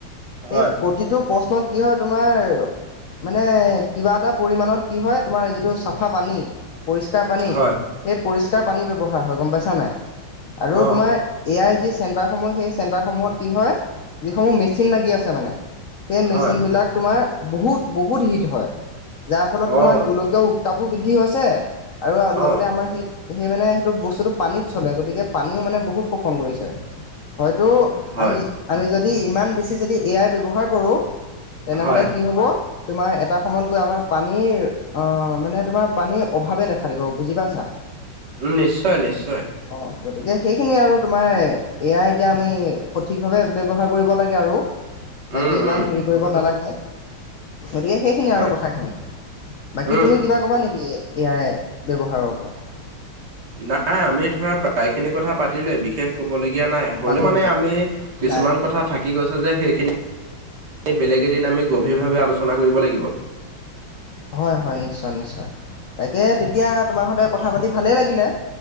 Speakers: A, on the right; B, on the left.
A: হয়,
B: এই প্ৰতিটো- প্ৰশ্নত কি হয় তোমাৰ- মানে কিবা এটা পৰিমাণত কি হয় তোমাৰ যিটো চাফা পানী- পৰিষ্কাৰ পানী সেই
A: হয়,
B: পৰিষ্কাৰ পানী ব্যৱহাৰ হয় গম পাইছা নাই? আৰু
A: অ',
B: তোমাৰ- এ আই যি চেণ্টাৰসমূহ সেই চেণ্টাৰসমূহত কি হয়, যিসমূহ মেচিন লাগি আছে মানে- সেই মেচিনবিলাক
A: হয়,
B: তোমাৰ বহুত বহুত হিট হয়। যাৰ ফলত
A: অ',
B: তোমাৰ গোলকীয়- কাপো বৃদ্ধি হৈছে আৰু
A: অ',
B: লগতে আমাৰ সেই- সেই মানে সেইটো বস্তুটো পানীত চলে গতিকে, পানীও মানে বহুত শোষণ কৰিছে। হয়তো
A: হয়,
B: আমি আমি যদি ইমান বেছি যদি এ আই ব্যৱহাৰ কৰোঁ- তেনেহলে
A: হয়,
B: কি হব? তোমাৰ এটা সময়ত গৈ আমাৰ পানীৰ অঁ মানে তোমাৰ পানীৰ অভাৱে দেখা দিব বুজি পাইছা।
A: উম' নিশ্চয় নিশ্চয়।
B: অঁ গতিকে সেইখিনি আৰু তোমাৰ এয়া এতিয়া আমি সঠিকভাৱে ব্যৱহাৰ কৰিব লাগে আৰু।
A: উম,
B: বাকী ইমান
A: উম,
B: হেৰি কৰিব নালাগে। গতিকে সেইখিনি
A: হয়,
B: আৰু কথাখিনি বাকী
A: উম,
B: তুমি
A: উম।
B: কিবা ক'বা নেকি? ইয়াৰে ব্যৱহাৰৰ ওৰত
A: নাই আমি ধৰা প্ৰায়খিনি কথা পাতিলোয়ে বিশেষ কব লগীয়া নাই হ'লেও
B: পাতিলো
A: মানে
B: পাতি
A: আমি কিছুমান
B: নাই
A: কথাত থাকি গৈছে যে সেইখিনি বেলেগ এদিন আমি গভীৰভাৱে আলোচনা কৰিব লাগিব। <inaudible>
B: হয়, হয়, নিশ্চয় নিশ্চয় তাকে তেতিয়া তোমাৰ সতে কথা পাতি ভালেই লাগিলে